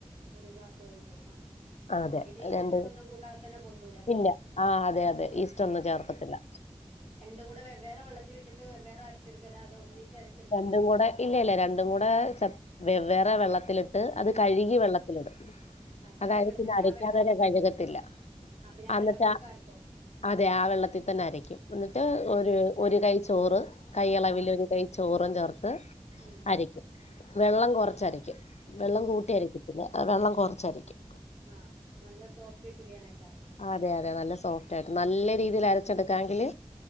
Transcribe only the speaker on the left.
അതെ
രണ്ട്
ഇല്ല ആ അതെ അതെ ഈസ്റ്റ് ഒന്നും
ചേർക്കത്തില്ല
രണ്ടുംകൂടെ ഇല്ല ഇല്ല രണ്ടുംകൂടെ വെവ്വേറെ വെള്ളത്ത്ല്ട്ട് ഇട്ട് അത്കഴ്കി
വെള്ളത്തില്ടുംഅതായത്
പിന്നെ അരക്കാൻ
നേരം കഴുകത്തില്ല
അന്ന്ട്ടാ
അതെ ആ വെള്ളത്തിൽതന്നെ അരക്കും എന്നിട്ടൊരു
ഒരുകൈ ചോറ് കൈ
അളവിൽ ഒരുകൈ ചോറും ചേർത്ത്
വെക്കും വെള്ളം കൊറച്ചരക്കും വെള്ളം കൂട്ടിയരക്കത്തില്ല വെള്ളംകൊറച്ചരക്കും
അതെ അതെ നല്ല സോഫ്റ്റായ്ട്ട് നല്ല രീതിലരച്ചെട്ക്കാങ്കില്